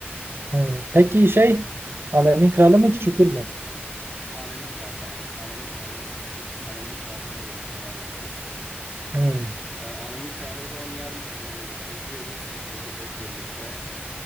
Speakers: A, on the right (about 65°); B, in the centre.
A: Evet. Peki şey Alemin kralı mı Çukur mu?
B: Alemin Kralı kanka, biz Alemin Kralı'nı seçtik. Alemin Kralı'nı e, devam edeceğiz.
A: Hmm.
B: Ee, Alemin Kralı o zaman yarın iz- izliyoruz. Çekirdek birlikte.